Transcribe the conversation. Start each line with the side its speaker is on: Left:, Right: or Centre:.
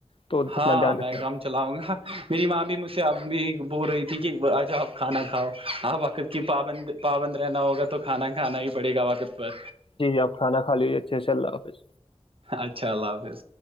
Left: تو اپنا
Right: ہاں
Left: دھیان رکھیں
Right: میں کام چلاؤں گا میری ماں بھی مجھ سے اب بھی بول رہی تھی کہ آج آپ کھانا کھاؤ آپ وقت کہ پابند پابند رہنا ہوگا تو کھانا کھانا ہی پڑے گا وقت پر
Left: جی آپ کھا کا لییے اچھاء اللہ حافظ
Right: اچھا اللہ حافظ